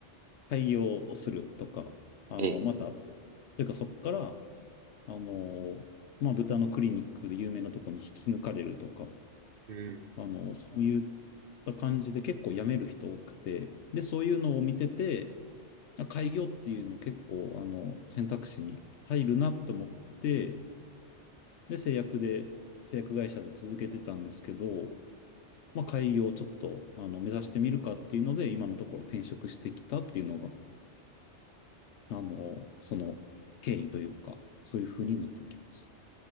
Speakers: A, on the left (about 75°); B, on the right (about 60°).
A: 開業をするとか、あの、
B: ええ。
A: また、というかそこから、あの、まあ豚のクリニックで有名なとこに引き抜かれるとか、
B: うん
A: あの、そういった感じで結構辞める人多くて、で、そういうのを見てて、あ開業っていうの結構、あの、選択肢に入るなと思って、で、製薬で、製薬会社で続けてたんですけど、まあ、開業をちょっと、あの、目指してみるかっていうので、今のところ転職してきたっていうのが、あの、その経緯というか、そういう風になってきます。
B: うん、